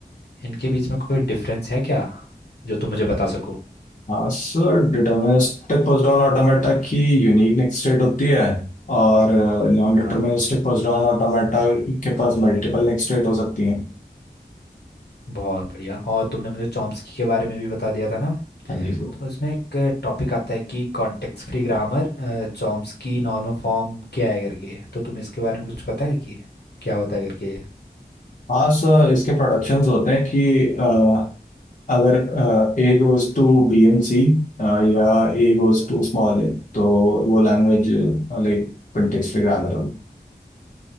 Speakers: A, on the left; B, on the left.
A: इनके बीच में कोई डिफरेंस है क्या जो तुम मुझे बता सको
B: हाँ sir deterministic push down automata की यूनिक नेक्स्ट स्टेट होती है और non deterministic
A: हाँ
B: push down automata के पास मल्टीपल नेक्स्ट स्टेट हो सकती हैं
A: बहुत बढ़िया और तुमने मुझे चॉम्स्की के बारे में भी बता दिया था ना
B: हाँ जी सर
A: तो इसमें एक टॉपिक आता है कि context free grammar Chomsky normal form क्या है करके तो तुम्हें इसके बारे में कुछ पता है कि क्या होता है करके
B: हाँ सर इसके प्रोडक्शंस होते हैं कि अ, अगर A goes to B and C या A goes to small a तो वो language like context free grammar होगी